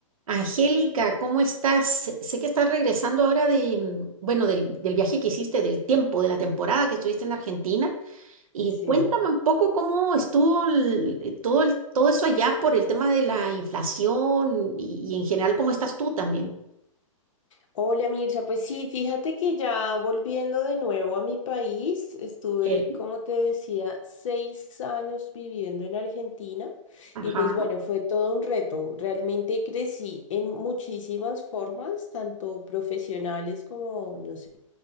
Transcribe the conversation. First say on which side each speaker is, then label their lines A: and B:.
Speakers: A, on the right; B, on the left.
A: Angélica, ¿cómo estás? Sé sé que estás regresando ahora de, mm, bueno, del, del viaje que hiciste, del tiempo, de la temporada que estuviste en Argentina. Y
B: Sí.
A: cuéntame un poco cómo estuvo el- eh, todo, el- todo eso allá por el tema de la inflación y, y en general cómo estás tú también.
B: Hola Mircha, pues sí, fíjate que ya volviendo de nuevo a mi país, estuve,
A: Ok.
B: como te decía, seis años viviendo en Argentina
A: Ajá,
B: y pues bueno, fue todo un reto. Realmente crecí en muchísimas formas, tanto profesionales como, no sé,